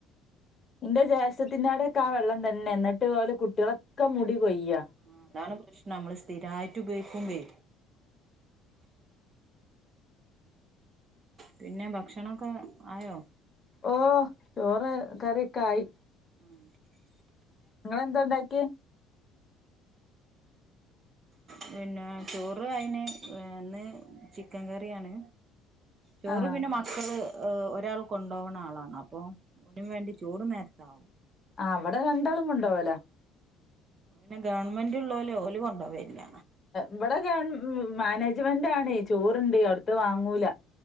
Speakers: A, on the left; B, on the right.
A: എന്റെ ജേഷ്ഠത്തിന്റവിടൊക്കെ ആ വെള്ളം തന്നെ എന്നിട്ട് പലെ കുട്ടികൾടൊക്കെ മുടി കൊയ്യ
B: ആ അതാണ് പ്രശ്നം നമ്മള് സ്ഥിരായിട്ട് ഉപയോഗിക്കുമ്പഴേ പിന്നെ ഭക്ഷണൊക്കെ ആയോ?
A: ഓ ചോറ് കറിയൊക്കെ ആയി
B: ഉം
A: നിങ്ങളെന്താ ഉണ്ടാക്കിയേ?
B: പിന്നെ ചോറ് അയിന് ഇന്ന് ചിക്കൻ കറിയിയാണ് ചോറ്
A: ആഹ്
B: പിന്നെ മക്കള് ഒരാൾ കൊണ്ടുപോണ ആളാണ് അപ്പൊ ഓന് വേണ്ടി ചോറ് നേരത്ത ആവും
A: ആ അവിടെ രണ്ടാളും കൊണ്ടുപോവല്ലോ
B: പിന്നെ ഗവൺമെന്റ് ഉള്ളോല് ഓല് കൊണ്ടു പോകല്ലില്ല
A: ഇവിടെ ഗവൺ മാനേജ്മെന്റ് ആണ് ചോറുണ്ട് അവിടുത്തെ വാങ്ങൂല